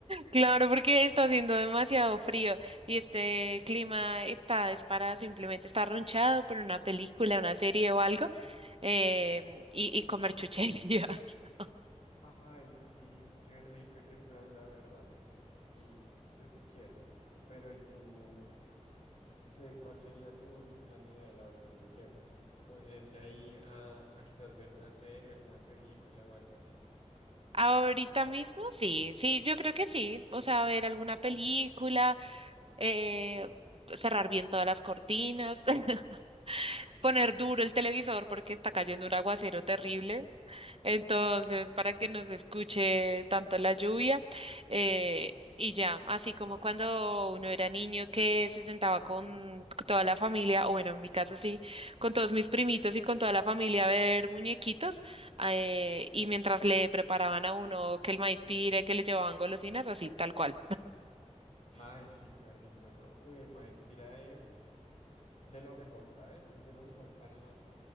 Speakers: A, on the right; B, on the left.
A: Claro, porque está haciendo demasiado frío y este clima está, es para simplemente estar arrunchado por una película, una serie o algo eh, y, y comer chucherías. <laughs>
B: Ay, sí, qué rico ese plan, la verdad. Sí, yo sí quiero. Pero ¿y tú? ¿Qué, cuál sería tu, tu plan ideal ahora mismo? ¿Qué ponerse ahí a, a quizás ver una serie, alguna película o algo así?
A: Ahorita mismo sí, sí, yo creo que sí. O sea, ver alguna película eh, cerrar bien todas las cortinas, <laughs> poner duro el televisor porque está cayendo un aguacero terrible. Entonces, para que no se escuche tanto la lluvia. eh, y ya, así como cuando uno era niño que se sentaba con toda la familia, o bueno, en mi caso sí, con todos mis primitos y con toda la familia a ver muñequitos, eh, y mientras le preparaban a uno que el maíz pire, que le llevaban golosinas, así, tal cual.
B: Ay, sí, qué rico, ¿no? Uy, el maíz pira es de lo mejor, ¿sabes? Es de lo mejor para,